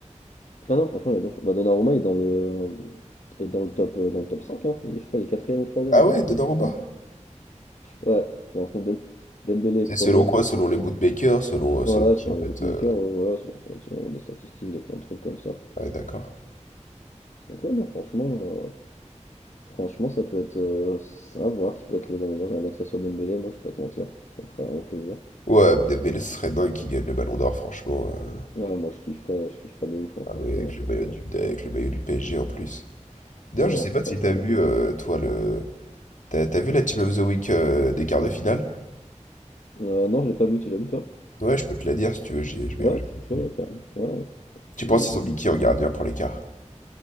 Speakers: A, on the left (about 70°); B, on the left (about 85°).
A: Ah non, franchement, il a bien changé. Bah, Donnarumma est dans le, est dans le top, euh, dans le top cinq. hein. Il est, je crois, il est quatrième ou troisième.
B: Ah ouais, Donnarumma.
A: Ouais, pour l'instant, Dem- Dembélé
B: C'est
A: est premier.
B: selon quoi? Selon les bootmakers, selon, euh,
A: Ouais,
B: selon qui,
A: sur
B: en
A: les
B: fait.
A: bookmakers,
B: euh,
A: euh, voilà, sur, sur- sur des statistiques, de plein de trucs comme ça.
B: Ouais, d'accord.
A: Donc ouais, non, franchement, euh, franchement, ça peut être euh, à voir qui peut être le bon endroit. J'aimerais bien que ça soit Dembélé, moi, je vais pas te mentir, ça me ferait vraiment plaisir.
B: Ouais, Dembélé, ce serait dingue qu'il gagne le ballon d'or, franchement. euh,
A: Ah, moi, je kifferais, je kifferais de ouf, hein,
B: Ah
A: franchement,
B: oui, avec
A: ça
B: le maillot
A: serait...
B: du, avec le maillot du PSG en plus. D'ailleurs,
A: Ah
B: je
A: non,
B: sais
A: ça
B: pas
A: serait
B: si
A: trop
B: t'as
A: bien.
B: vu, euh, toi, le. T'as, t'as vu la Team of the Week euh, des quarts de finale?
A: Euh, non, je l'ai pas vu, tu l'as vu, toi?
B: Ouais, je peux te la dire si tu veux, j'ai, je j'ai
A: Ouais,
B: retenu.
A: je suis chaud, ouais, quand même. Ouais, ouais,
B: Tu
A: dis-moi.
B: penses qu'ils ont mis qui en gardien pour les quarts?